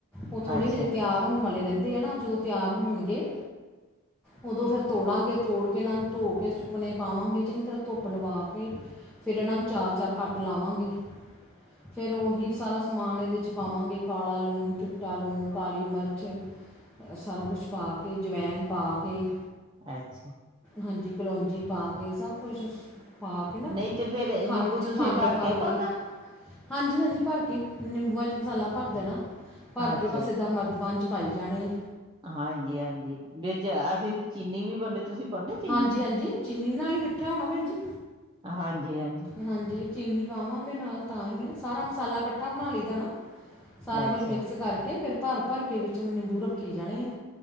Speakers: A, in the centre; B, on the right.
A: ਉਹ ਥੋੜੇ
B: ਅੱਛਾ,
A: ਹਜੇ ਤਿਆਰ ਹੋਣ ਵਾਲੇ ਰਹਿੰਦੇ ਆ ਨਾ, ਜਦੋਂ ਤਿਆਰ ਹੋਣਗੇ ਉਦੋਂ ਫਿਰ ਤੋੜਾਂਗੇ ਤੋੜ ਕੇ ਕਿ ਇਹਨਾਂ ਨੂੰ ਧੋ ਕੇ ਸੁੱਕਨੇ ਪਾਵਾਂਗੇ, ਚੰਗੀ ਤਰਾ ਧੁੱਪ ਲਵਾ ਕੇ ਫਿਰ ਇਹਨਾਂ ਨੂੰ ਚਾਰ-ਚਾਰ ਕੱਟ ਲਾਵਾਂਗੇ, ਫਿਰ ਉਹੀ ਸਾਰਾ ਸਮਾਨ ਇਹਦੇ ਚ ਪਾਵਾਂਗੇ, ਕਾਲਾ ਲੂਣ, ਚਿੱਟਾ ਲੂਣ, ਕਾਲੀ ਮਿਰਚ ਅ, ਸਾਰਾ ਕੁਛ ਪਾ ਕੇ, ਜਵੈਨ ਪਾ ਕੇ
B: ਅੱਛਾ‌।
A: ਹਾਂਜੀ, ਕਲੋਂਜੀ ਪਾ ਕੇ, ਸਬ ਕੁਛ ਪਾ ਕੇ ਨਾ,
B: ਨਈ ਤੇ ਫੇਰ
A: ਖ
B: ਨਿੰਬੂ ਤੁਸੀਂ
A: ਖੰਡ
B: ਭਰ
A: ਪਾ ਕੇ
B: ਪਾਉਣਾ?
A: ਹਾਂਜੀ-ਹਾਂਜੀ ਭਰ ਕੇ, ਨਿੰਬੂਆਂ ਚ ਮਸਾਲਾ ਭਰ ਦੇਣਾ, ਭਰ
B: ਅੱਛਾ,
A: ਕੇ ਬਸ ਏਦਾਂ ਮਰਦ ਪਾਣ ਚ ਪਾਈ ਜਾਣੇ
B: ਹਾਂਜੀ-ਹਾਂਜੀ, ਵਿੱਚ ਅਸੀਂ ਤੇ ਚੀਨੀ ਵੀ ਪਾੜੇ, ਤੁਸੀਂ ਪਾਨੇ ਚੀਨੀ?
A: ਹਾਂਜੀ-ਹਾਂਜੀ, ਚੀਨੀ ਨਾਲ ਈ ਮਿੱਠਾ ਹੋਣਾ ਭੈਣਜੀ,
B: ਹਾਂਜੀ-ਹਾਂਜੀ,
A: ਹਾਂਜੀ। ਚੀਨੀ ਪਾਵਾਂਗੇ ਨਾਲ ਤਾਂ ਈ ਐ, ਸਾਰਾ ਮਸਾਲਾ ਕੱਠਾ ਬਣਾ ਲਈਦਾ ਨਾ। ਸਾਰਾ
B: ਅੱਛਾ,
A: ਕੁਝ ਮਿਕਸ ਕਰਕੇ ਫਿਰ ਭਰ-ਭਰ ਕੇ ਵਿੱਚ ਨਿੰਬੂ ਰੱਖੀ ਜਾਣੇ ਆ।